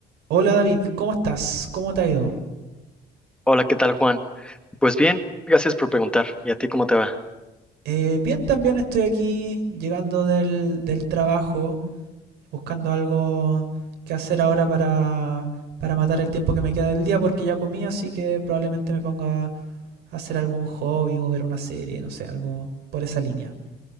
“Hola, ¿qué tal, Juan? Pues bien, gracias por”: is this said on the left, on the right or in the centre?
Centre